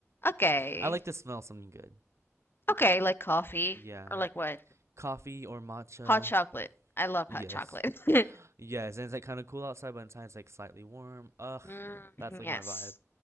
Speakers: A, on the left; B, on the right.
A: Okay.
B: I like to smell something good.
A: Okay, like coffee
B: Yeah.
A: or like what?
B: Coffee or matcha.
A: Hot chocolate. I love
B: Yes.
A: hot chocolate. <laughs>
B: Yes, and it's like kind of cool outside, but inside it's like slightly warm. Ugh,
A: Mm,
B: that's like
A: yes.
B: my vibe.